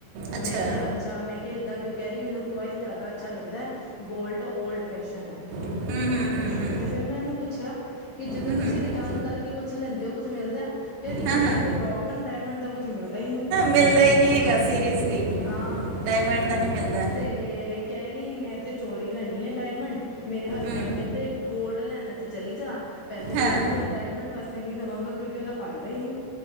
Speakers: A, on the right; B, on the left.
A: ਅੱਛਾ
B: ਮੈਂ ਕਿਹਾ, ਅੱਛਾ, ਮੈਂ ਕਿਹਾ, ਇੱਦਾਂ ਕੇੳ ਕਹਿ ਰਹੀ ਲੁੱਕ ਵਇਜ ਜਾਦਾ ਅੱਛਾ ਲੱਗਦਾ ਐ ਗੋਲਡ। ਓਲਡ ਫੈਸ਼ਨ ਐ।
A: ਹੂੰ ਹੂੰ ਹੂੰ
B: ਹਮ
A: ਹੂੰ
B: ਤੇ ਫਿਰ ਮੈਂ ਇਹਨੂੰ ਪੁੱਛਿਆ। ਕਿ ਜਦੋਂ
A: ਹੂੰ
B: ਤੁਸੀਂ
A: ਹੂੰ
B: ਰਿਟਰਨ ਕਰਕੇ ਕੁਛ ਲੈਂਦੇ ਹੋ ਕੁਛ ਮਿਲਦਾ। ਘੇਦੀ
A: ਹਾਂ
B: ਇਹੀ
A: ਹਾਂ
B: ਤੇ ਪ੍ਰੋਬਲਮ ਡਾਇਮੰਡ ਦਾ ਕੁਛ ਮਿਲਦਾ ਨਹੀਂ। ਹੀ
A: ਮਿਲਦਾ ਹੀ ਨਹੀਂ ਹੈਗਾ ਸੀਰੀਅਸਲੀ।
B: ਹਾਂ
A: ਡਾਇਮੰਡ ਦਾ ਨਹੀਂ ਮਿਲਦਾ।
B: ਤੇ ਕੇਰੀ ਮੈਂ ਤੇ ਚੋਰੀ ਲਏ ਨੀ ਘਾ ਡਾਇਮੰਡ। ਮੇਰੇ ਹਸਬੈਂਡ
A: ਹਮ,
B: ਕਹਿੰਦੇ ਗੋਲਡ ਲੈਣਾ ਤੇ ਚਲੀ ਜਾ ਪੈਸੇ
A: ਹਾਂ
B: ਦੇਦਾਗਾ। ਡਾਇਮੰਡ ਵਾਸਤੇ ਨਹੀਂ ਦੇਵਾਂਗਾ। ਕਿਉਂਕਿ ਉਦਾ ਫਾਇਦਾ ਹੀ ਨਹੀਂ।